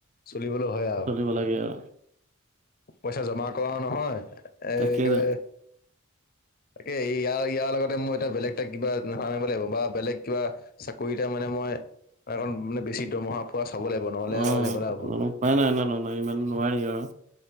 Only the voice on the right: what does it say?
থাকিব লাগে আৰু
তাকে ত
অ
ন উপাই নাই ন নয় ইমান নোৱাৰি আৰু